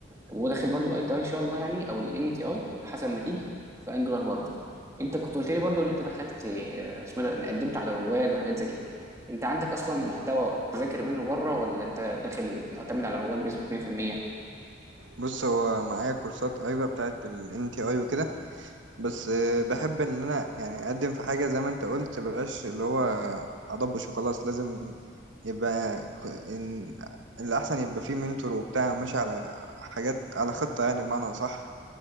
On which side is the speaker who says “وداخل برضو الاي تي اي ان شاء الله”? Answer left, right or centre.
Right